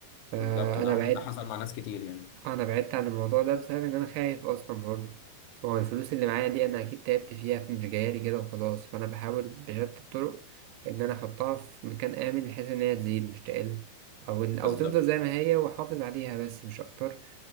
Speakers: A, on the right (about 90°); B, on the left (about 80°).
A: فانا
B: بالظبط وده
A: بعدت
B: ده حصل مع ناس كتير يعني
A: انا بعدت عن الموضوع ده بسبب ان انا خايف اصلا برضه ما هو الفلوس اللي معايا دي انا اكيد تعبت فيها مش جايالي كده وخلاص فانا بحاول بشتى الطرق ان انا احطها في مكان امن بحيث ان هي تزيد مش تقل او إن او
B: بالظبط
A: تفضل زي ما هي واحافظ عليها بس مش اكتر